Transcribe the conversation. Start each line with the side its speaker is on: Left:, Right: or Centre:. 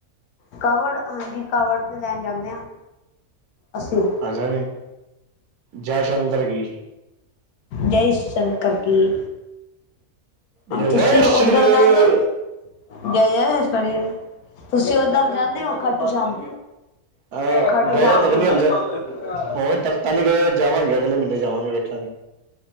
Left: ਕਾਵੜ ਹਾਂਜੀ ਕਾਵੜ ਤੇ ਲੈਣ ਜਾਂਦੇ ਹਾਂ ਅਸੀਂ।
Right: ਅਛਾ ਜੀ ਜੈ ਸ਼ੰਕਰ ਕੀ
Left: ਜੈ ਸ਼ੰਕਰ ਕੀ
Right: ਜੈ ਜੈ
Left: ਤੁਸੀਂ ਉੱਧਰ
Right: ਸ਼੍ਰੀ ਦੇਵ
Left: ਜਾਂਦੇ ਹੋ ਗਏ ਆ ਸੀ ਤੁਸੀਂ ਓਧਰ ਜਾਂਦੇ ਹੋ ਖਾੱਟੂ ਸ਼ਾਮ
Right: ਅਹ
Left: ਖਾਟੂ
Right: ਗਏ
Left: ਸ਼ਾਮ
Right: ਤੱਕ
Left: ਦੇ
Right: ਨਹੀਂ
Left: ਵਿੱਚ
Right: ਹਲੇ ਹੁਣ ਤੱਕ ਤਾਂ ਨਹੀਂ ਗਏ ਜਾਵਾਂਗੇ ਅਗਲੇ ਮਹੀਨੇ ਜਾਵਾਂਗੇ ਹਾਂਜੀ